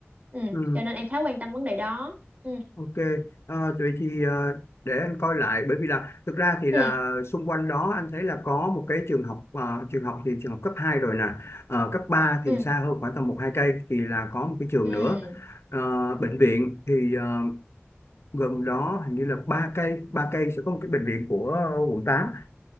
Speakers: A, on the right; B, on the left.
A: ừ.
B: ừ,
A: cho nên em khá quan tâm vấn đề đó ừ.
B: ok Ờ, vậy thì ờ, để anh coi lại bởi vì là thực ra thì
A: Ừ.
B: là xung quanh đó anh thấy là có một cái trường học ờ, trường học thì trường học cấp 2 rồi nè Ờ, cấp ba thì
A: Ừ.
B: xa hơn khoảng tầm một hai cây thì là có một cái trường
A: Ừ.
B: nữa Ờ, bệnh viện thì ờ, gần đó hình như là ba cây ba cây sẽ có một cái bệnh viện của ờ, quận tám